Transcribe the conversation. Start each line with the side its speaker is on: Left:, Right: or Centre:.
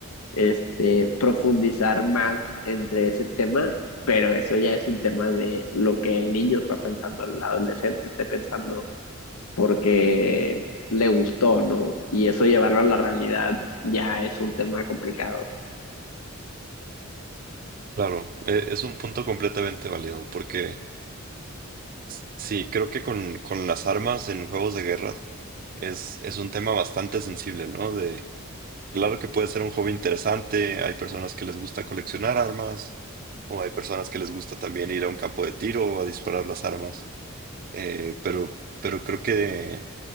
Left: este, profundizar más entre ese tema pero eso ya es un tema de lo que el niño está pensando, el adolescente esté pensando porque le gustó, ¿no? Y eso llevarlo a la realidad ya es un tema complicado.
Right: Claro, e- es un punto completamente válido, porque s- sí, creo que con, con las armas en juegos de guerra es, es un tema bastante sensible, ¿no? De, claro que puede ser un hobby interesante, hay personas que les gusta coleccionar armas, o hay personas que les gusta también ir a un campo de tiro o a disparar las armas, eh, pero, pero creo que